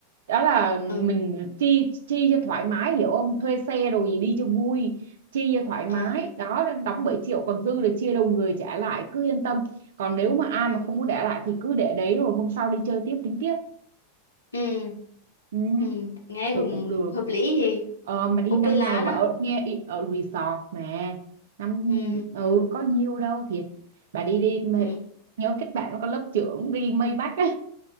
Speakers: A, on the right; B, on the left.
A: đó là mình
B: ừ
A: chi chi cho thoải mái hiểu không thuê xe đồ gì đi cho vui chi cho thoải mái
B: ờ
A: đó đóng 7 triệu còn dư là chia đầu người trả lại cứ yên tâm còn nếu mà ai
B: ừ
A: mà không muốn để lại thì cứ để đấy rồi hôm sau đi chơi tiếp tính tiếp
B: ừ
A: ừ,
B: ừ nghe
A: cứ
B: cũng
A: cũng được
B: hợp lý thì
A: ờ, mà đi
B: ok
A: 5
B: lá
A: ngày mà
B: đó
A: ở, nghe ý- ở resort mà năm
B: ừ
A: ừ có nhiêu đâu thiệt bà đi đi mà
B: ừ
A: nhớ kết bạn với con lớp trưởng đi Maybach á